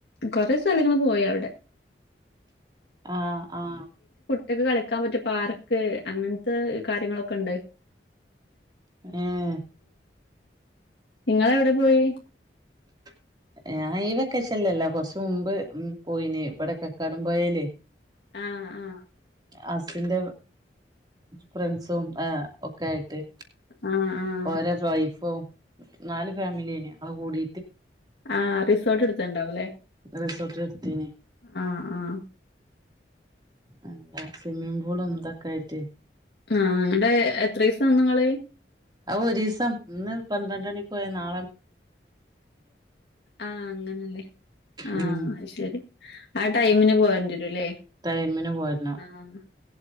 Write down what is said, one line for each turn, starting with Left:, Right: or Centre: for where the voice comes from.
Left: കൊറെ സ്ഥലങ്ങള് പോയി അവിടെ
Right: ആഹ് ആഹ്.
Left: കുട്ടികൾക്ക് കളിക്കാൻ പറ്റിയ പാർക്ക് അങ്ങനത്തെ കാര്യങ്ങളൊ കണ്ട്
Right: ഏഹ്
Left: നിങ്ങളെവിടെ പോയി
Right: <unintelligible> കൊറച്ച് മുമ്പ് പോയിന് ഇവിടെ കടംമ്പുഴയിലെ
Left: ആഹ് ആഹ്.
Right: ഹസ്സിന്റെ ഫ്രണ്ട്സും ഒക്കെ ആയിട്ട്
Left: ആഹ് ആഹ്
Right: ഓരേ വൈഫും. നാല് ഫാമിലിനെ ഞങ്ങള് കൂടി
Left: ആ റിസൾട്ട്‌ എടുത്തണ്ടാവും അല്ലേ
Right: റിസോർട്ടിൽ എടുത്തീനി
Left: ആ ആഹ്.
Right: അല്ല സ്വിമ്മിങ് പൂളും ഇതൊക്കെ ആയിട്ട്
Left: ആഹ് എന്തേ എത്രയ്സ് താന് നിങ്ങള്
Right: അ ഒരു ദിവസം ഇന്ന് പന്ത്രണ്ട് മണിക്ക് പോയാൽ നാ
Left: ആഹ് അങ്ങനെല്ലേ ആഹ്
Right: ഉം
Left: ശരി ആ ടൈമിന് പോരെണ്ടിവരുല്ലേ
Right: ടൈമിന് പോരണം
Left: ആഹ്